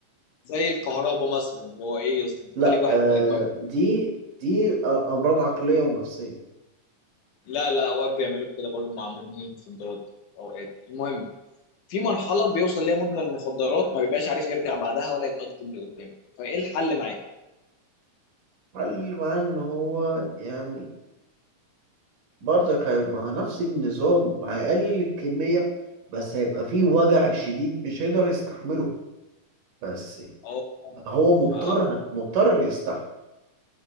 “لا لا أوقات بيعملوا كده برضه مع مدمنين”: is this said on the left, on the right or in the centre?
Left